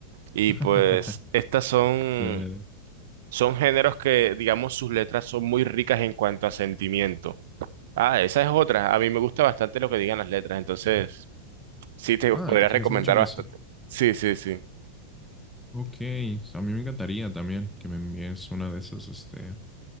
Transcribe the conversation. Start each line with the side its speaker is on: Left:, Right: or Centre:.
Right: Y
Centre: <laughs>
Right: pues estas son,
Centre: Claro.
Right: son géneros que digamos sus letras son muy ricas en cuanto a sentimiento. Ah, esa es otra. A mí me gusta bastante lo que digan las letras, entonces sí te
Centre: Ah,
Right: podría
Centre: te
Right: recomendar
Centre: fijas mucho en
Right: bastante.
Centre: eso.
Right: Sí, sí, sí.
Centre: Ok, a mí me encantaría también que me envíes una de esas, este.